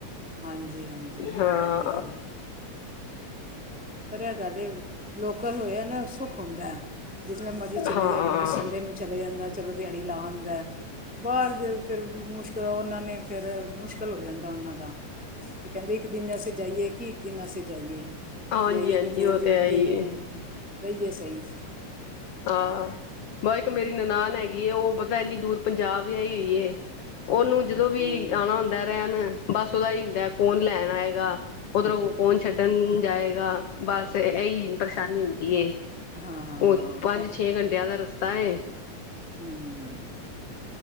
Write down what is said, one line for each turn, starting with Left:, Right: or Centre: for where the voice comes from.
Centre: ਹਾਂਜੀ-ਹਾਂਜੀ,
Left: ਹਾਂ।
Centre: ਐ ਤੇ ਹੈ, ਪਰ ਐ ਗੱਲ ਏ। ਲੋਕਲ ਹੋਇਆ ਨਾ, ਸੁੱਖ ਹੁੰਦੈ। ਜਿਸਲੇ ਮਰਜ਼ੀ ਚਲੇ
Left: ਹਾਂ, ਹਾਂ, ਹਾਂ।
Centre: ਜਾ, ਬੰਦਾ ਸੰਡੇ ਨੂੰ ਚਲੇ ਜਾਂਦੈ, ਚਲੋ। ਦੇਆੜੀ ਲਾ ਆਂਦੈ। ਬਾਹਰ ਦੇ, ਫੇਰ ਮੁਸ਼ਕਲ ਉਹਨਾਂ ਨੇ ਫੇਰ ਮੁਸ਼ਕਲ ਹੋ ਜਾਂਦੈ ਉਹਨਾਂ ਦਾ ਤੇ ਕਹਿੰਦੀ, ਇੱਕ ਦਿਨ ਅਸੀ ਜਾਈਏ, ਕਿ ਇੱਕ ਦਿਨ ਆਸਤੇ ਜਾਈਏ?
Left: ਹਾਂਜੀ,
Centre: ਜਾਈਏ,
Left: ਹਾਂਜੀ
Centre: ਤਾਂ ਦੋ
Left: ਉਹ
Centre: ਦਿਨ
Left: ਹੈ
Centre: ਤੇ
Left: ਹੀ
Centre: ਰਈ ਏ ਸਈ।
Left: ਆਂ, ਬ ਇੱਕ ਮੇਰੀ ਨਨਾਨ ਹੈਗੀ ਏ। ਉਹ ਪਤਾ ਇੰਨੀ ਦੂਰ ਪੰਜਾਬ ਵਿਆਈ ਹੋਈ ਏ। ਓਹਨੂੰ ਜਦੋਂ ਵੀ
Centre: ਹੂੰ।
Left: ਆਂਣਾ ਹੁੰਦਾ ਦਾ ਰੈਣ, ਬਸ ਓਹਦਾ ਐਹੀ ਹੁੰਦੈ, ਕੌਣ ਲੈਣ ਆਏਗਾ। ਓਧਰੋਂ ਕੌਣ ਛੱਡਣ ਜਾਏਗਾ? ਬਸ, ਏਹੀ ਪਰਸ਼ਾਨੀ ਹੁੰਦੀ ਏ।
Centre: ਹਾਂ
Left: ਔ, ਪੰਜ-ਛੇ ਘੰਟਿਆਂ ਦਾ ਰਸਤਾ ਏ।
Centre: ਹੁੰ।